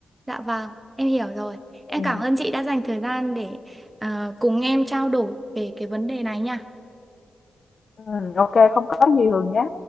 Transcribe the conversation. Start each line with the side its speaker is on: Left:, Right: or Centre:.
Right: Dạ vâng, em hiểu rồi. Em
Left: Ừm,
Right: cảm ơn chị đã dành thời gian để ờ, cùng em trao đổi về cái vấn đề này nha.
Left: ừm, ô không có gì Hường nhé